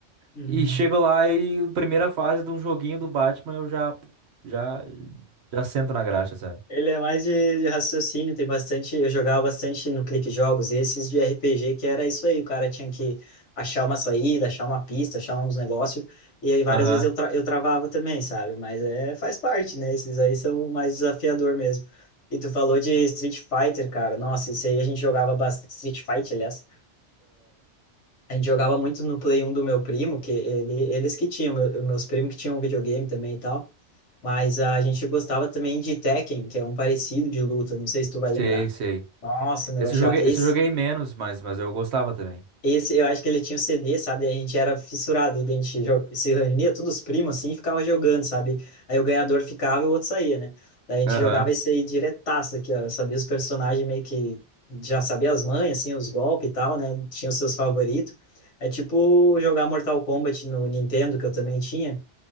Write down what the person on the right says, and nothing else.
E chego lá e primeira fase de um joguinho do Batman eu já, já, já sento na graxa, sabe?
Aham,
Sei,
sei.
Esse
eu joguei,
esse eu joguei menos, mas, mas eu gostava também.
Aham.